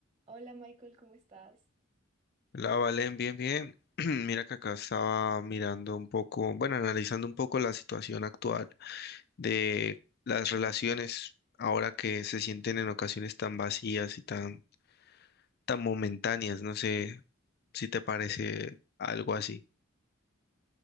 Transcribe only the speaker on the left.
La Valen, bien, bien. <clears throat> Mira que acá estaba mirando un poco, bueno, analizando un poco la situación actual de las relaciones ahora que se sienten en ocasiones tan vacías y tan, tan momentáneas. No sé si te parece algo así,